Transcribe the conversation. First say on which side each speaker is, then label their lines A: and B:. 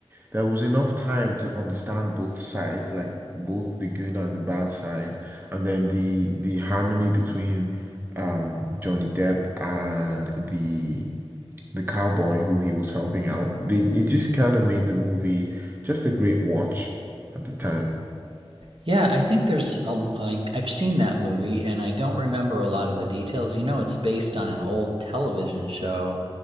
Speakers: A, on the right; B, on the right.
A: There was enough time to understand both sides, like both the good and the bad side, and then the the harmony between um Johnny Depp and the the cowboy who he was helping out. They, it just kind of made the movie just a great watch at the time.
B: Yeah, I think there's a I, I've seen that movie and I don't remember a lot of the details. You know, it's based on an old television show